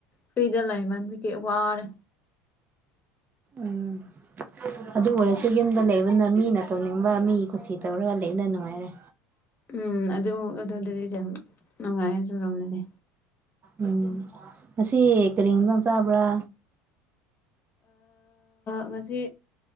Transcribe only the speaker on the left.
ꯐꯔꯤꯗ ꯂꯩꯃꯟꯕꯒꯤ ꯋꯥꯔꯦ
ꯎꯝ ꯑꯗꯨꯃ ꯑꯗꯨꯗꯗꯤ ꯌꯥꯝ ꯅꯨꯡꯉꯥꯏ ꯑꯗꯨꯔꯣꯝꯗꯗꯤ
ꯉꯁꯤ